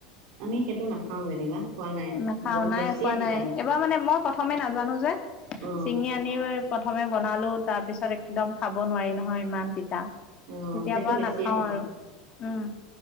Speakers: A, on the right; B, on the left.
A: আমি সেইটো নাখাওঁ যেনিবা। খোৱা নাই
B: এ নাখাও
A: বহু
B: নাই
A: বেছিয়ে
B: খোৱা
A: তিতা
B: নাই এবাৰ মানে মই প্ৰথমে নাজানো যে
A: অ
B: চিঙি আনি প্ৰথমে বনালো তাৰপিছত একদম খাব নোৱাৰি নহয় ইমান তিতা।
A: অ
B: তেতিয়া
A: সেইটো
B: পৰা
A: বেছিয়ে
B: নাখাওঁ
A: তিতা
B: আৰু উম।